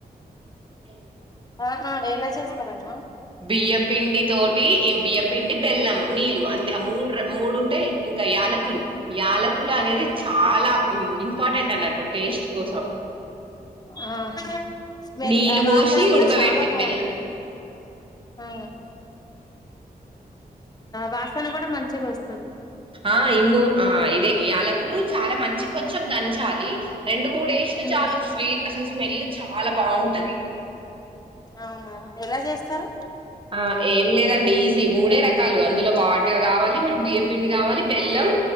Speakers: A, on the right (about 30°); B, on the left (about 25°).
A: <unintelligible>
B: ఆహ ఎలా చేస్తారమ్మా.
A: బియ్యపిండి. తోటి బియ్యపిండి బెల్లం నీళ్లు అంతే ఆ మూడు రా మూడు. ఇంకా యాలకులు యాలకులు అనేది. చాలా
B: ఆ
A: ఇంపార్టెంట్ అన్నట్టు టేస్ట్ కోసం.
B: ఆ స్మెల్
A: నీళ్ళు
B: వాసన
A: పోసి
B: కూడా
A: ఉడకబెట్టి
B: చాలా బాగుంటది
A: బెల్ల
B: ఆ. వాసన కూడా మంచిగా వస్తుంది.
A: ఆ ఇంగు ఆ ఇదే యాలకులు చాలా మంచి కొంచెం. దంచాలి. రెండు మూడు వేషిన
B: ఉమ్
A: చాలు స్విట్ అసలు స్మెల్. చాలా బాగుంటది.
B: అవునా ఎలా చేస్తారు.
A: ఆ ఏం లేదండి ఈజీ. మూడే రకాలు అందులో వాటి. చెక్కర కావాలి మనకు బియ్యపిండి కావాలి. బెల్లం.